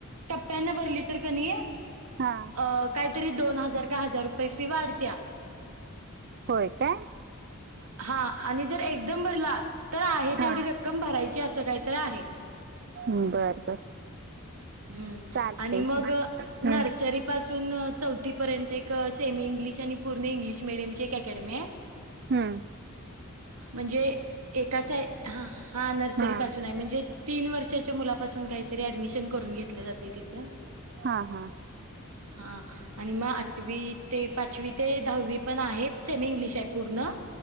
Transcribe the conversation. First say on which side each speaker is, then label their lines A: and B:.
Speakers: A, on the right; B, on the right.
A: टप्प्याना भरली तर कणीय अ
B: हा
A: काहीतरी दोन हजार का हजार रुपये फी वाढत्या.
B: होय काय?
A: हा आणि जर एकदम भरला तर आहे तेवढी
B: हा
A: रक्कम भरायची असं काहीत आहे. <unintelligible>
B: बर बर
A: ह्
B: चालतंय
A: आणि मग
B: की हं.
A: नर्सरी पासून चौथीपर्यंत एक सेमी इंग्लिश आणि पूर्ण इंग्लिश मिीडियम ची एक अकॅडमी आहे.
B: हम्
A: म्हणजे एका सा ह हा नर्सरी
B: हां
A: पासून आहे म्हणजे तीन वर्षाच्या मुलापासून ऍडमिशन करून घेतल जातंय तिथ.
B: ह हा
A: हा आणि मग आठवी ते पाचवी ते दहावी पण आहेत सेमी इंग्लिश आहे पूर्ण,